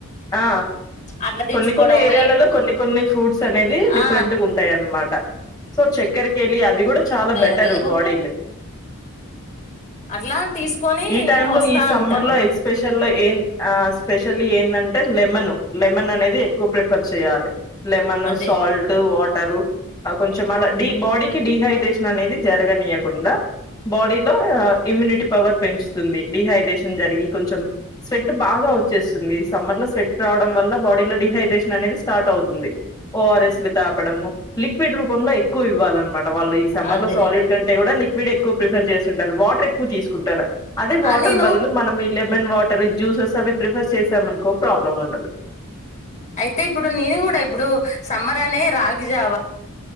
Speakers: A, on the left (about 15°); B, on the left (about 35°).
A: ఆ
B: అట్లా తెచ్చుకోవడం
A: కొన్ని కొన్ని ఏరియాలలో
B: ఏ
A: కొన్ని కొన్ని ఫ్రూట్స్ అనేది డిఫరెంట్
B: ఆ
A: గా ఉంటాయి అనమాట సో చక్కెర కేలీ అది కూడా చాలా బెటర్
B: అదే పోతే
A: బాడీ వే
B: అట్లా తీసుకొని
A: ఈ టైమ్ లో
B: వస్తా
A: ఈ సమ్మర్
B: ఉంటాను
A: లో ఎక్స్పెషల్లో ఏ ఆ స్పెషల్ ఏందం అంటే లెమన్ లెమన్ అనేది ఎక్కువ ప్రిఫర్ చేయాలి లెమన్
B: అదే
A: సాల్ట్ వాటరు ఆ కొంచం అలా డి బాడీకిి డిహైడ్రేషన్ అనేది జరగనీయకుండా బాడీలో ఇమ్యూనిటీ పవర్ పెంచుతుంది డిహైడ్రేషన్ జరిగి కొంచెం స్వెట్ బాగా వచ్చేస్తుంది సమ్మర్ లో స్వెట్ రావడం వల్ల బాడీలో డిహైడ్రేషన్ అనేది స్టార్ట్ అవుతుంది ఓఆర్ఎస్ లు తాపడము లిక్విడ్ రూపంలో ఎక్కువ ఇవ్వాలన్నమాట వాళ్ళు ఈ సమ్మర్
B: అదే
A: లో సాలిడ్ కంటే కూడా లిక్ వీడు ఎక్కువ ప్రిఫర్ చేస్తుంటారు వాటర్ ఎక్కువ తీసుకుంటారు అదే వాటర్
B: ఆ నేను
A: బదులు మనం వీళ్ళ లెమెన్ వాటర్ జ్యూసెస్ అవి ప్రిఫర్ చేసామనుకో ప్రాబ్లం ఉండదు
B: అయితే ఇప్పుడు నేను కూడ ఇప్పుడు సమ్మరానే రాగిజావ